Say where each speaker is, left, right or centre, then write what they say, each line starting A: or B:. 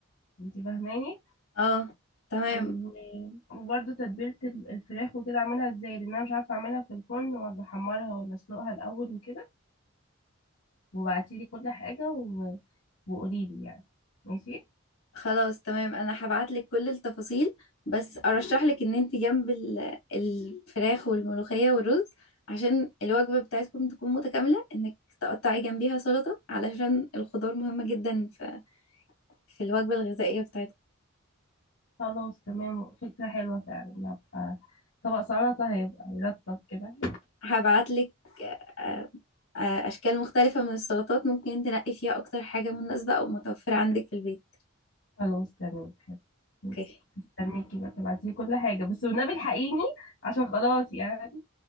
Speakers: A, on the left; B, on the left.
A: انت فاهماني
B: اه تمام
A: و- وبرده تتبيلة ال- الفراخ وكده اعملها ازاي لان انا مش عارفة اعملها في الفرن ولا احمرها ولا اسلقها الاول وكده وابعتي لي كل حاجة و... وقولي لي يعني ماشي
B: خلاص تمام انا هبعتلك كل التفاصيل بس ارشحلك ان انت جنب ال- الفراخ والملوخية والرز عشان الوجبة بتاعتكم تكون متكاملة انك تقطعي جنبيها سلطة علشان الخضار مهمة جدا في في الوجبة الغذائية بتاعتكم
A: خلاص تمام فكرة حلوة فعلا هبقى طبق سلطة هيبقى يرطب كده
B: هبعتلك آه، آه، أشكال مختلفة من السلطات ممكن تنقي فيها أكتر حاجة مناسبة أو متوفرة عندك في البيت
A: خلاص تمام حلو ماشي.
B: أوكي
A: استنيكي بقى تبعتي لي كل حاجة بس والنبي الحقيني عشان خلاص يعني